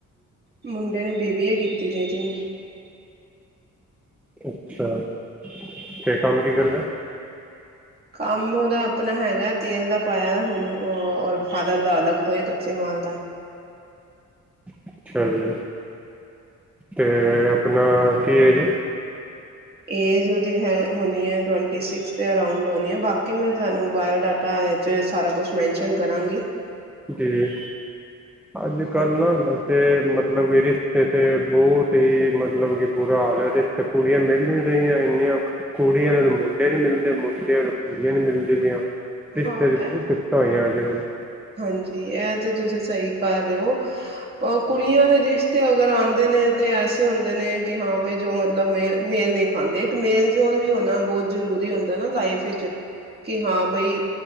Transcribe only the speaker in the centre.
ਅੱਛਾ ਠੀਕ ਕੰਮ ਕੀ ਕਰਦਾ ਹੈ।
ਅੱਛਾ ਜੀ ਤੇ ਆਪਨਾ ਕੀ ਏਜ ਐ।
ਜੀ ਅੱਜ ਕੱਲ
ਨਾ ਵੈਸੇ ਮਤਲਬ <unintelligible> ਇੱਥੇ ਤੇ ਬਹੁਤ ਹੀ ਮਤਲਬ ਕਿ ਬੁਰਾ ਹਾਲ ਹੈ ਤੇ ਇਥੇ ਕੁੜੀਆਂ ਮਿਲ ਨੀ ਰਹੀਆਂ ਇੰਨੀਆਂ ਕੁੜੀਆਂ ਆਲਿਆਂ ਨੂੰ ਮੁੰਡੇ ਨਹੀਂ ਮਿਲਦੇ ਮੁੰਡਿਆਂ ਨੂੰ ਕੁੜੀਆਂ ਨੀ ਮਿਲਦੀ ਪਈਆਂ। ਰਿਸ਼ਤੇ
ਦੀ ਬਹੁਤ <unintelligible> ਹੋਈਆਂ। <unintelligible>